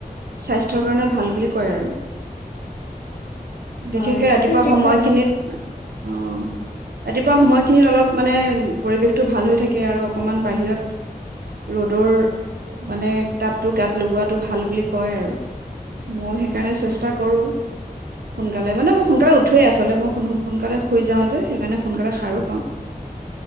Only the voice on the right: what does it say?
স্বাস্থ্যৰ কাৰণে ভাল বুলি কয় আৰু বিশেষকে
ৰাতিপুৱা
সময়খিনিত।
আ-অ' ৰাতিপুৱা সময় সেই অলপ মানে পৰিৱেশটো ভাল হৈ থাকে আৰু অকণমান বাহিৰত ৰ'দৰ মানে তাপটো গাত লগোৱাটো ভাল বুলি কয় আৰু মই সেইকাৰণে চেষ্টা কৰো সোনকালে, মানে মই সোনকালে উঠোৱে আচলে মই-মই সোন সোনকালে শুই যাওঁ যে সেইকাৰণে সোনকালে সাৰো পাওঁ।